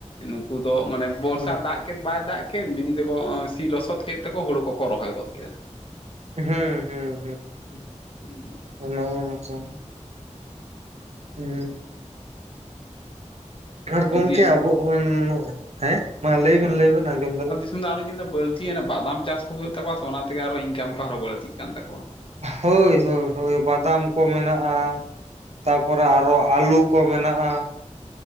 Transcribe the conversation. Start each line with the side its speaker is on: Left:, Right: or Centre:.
Left: ᱱᱩᱠᱩ ᱫᱚ ᱢᱟᱱᱮ, ᱵᱚᱨᱥᱟ
Right: ᱦᱩᱸ
Left: ᱫᱟᱜᱽ ᱠᱮᱫ ᱵᱟᱭ ᱫᱟᱜᱽ ᱠᱮᱫ ᱢᱤᱱᱤ ᱛᱮᱠᱚ ᱚᱸ ᱥᱤ ᱞᱚᱥᱚᱫ ᱠᱮᱫ ᱛᱮᱠᱚ ᱦᱩᱲᱩ ᱠᱚᱠᱚ ᱨᱚᱦᱚᱭ ᱜᱚᱫ ᱠᱮᱫᱟ᱾
Right: ᱦᱮᱸ ᱦᱮᱸ ᱦᱮᱸ ᱦᱮᱸ᱾
Left: ᱩᱸ
Right: ᱚᱱᱟᱦᱚᱸ ᱚᱱᱮᱪᱚᱝ, ᱦᱩᱸ, ᱟᱨ ᱜᱚᱝᱠᱮ
Left: ᱡᱩᱫᱤ
Right: ᱟᱵᱚ ᱦᱚᱸ ᱦᱮᱸ ᱢᱟ ᱞᱟᱹᱭ ᱵᱮᱱ ᱞᱟᱹᱭ ᱵᱮᱱ ᱟᱸᱡᱚᱢ ᱫᱟᱞᱤᱧ᱾
Left: ᱩᱱ ᱫᱚ ᱟᱨᱚᱧ ᱧᱮᱞ ᱫᱟ ᱵᱟᱹᱲᱛᱤᱭᱮᱱᱟ ᱵᱟᱫᱟᱢ ᱪᱟᱥ ᱠᱚ ᱦᱩᱭᱩᱜ ᱛᱟᱠᱚᱣᱟ ᱥᱮ ᱚᱱᱟᱛᱮ ᱟᱨᱦᱚᱸ ᱤᱱᱠᱟᱢ ᱠᱚ ᱟᱨᱦᱚᱸ ᱵᱟᱹᱲᱛᱤᱜ ᱠᱟᱱ ᱛᱟᱠᱚᱣᱟ᱾
Right: ᱦᱳᱭ ᱦᱳᱭ ᱦᱳᱭ ᱵᱟᱫᱟᱢ ᱠᱚ ᱢᱮᱱᱟᱜᱼᱟ᱾ ᱛᱟᱯᱚᱨᱮ ᱟᱨᱚ ᱟᱹᱞᱩ ᱠᱚ ᱢᱮᱱᱟᱜᱼᱟ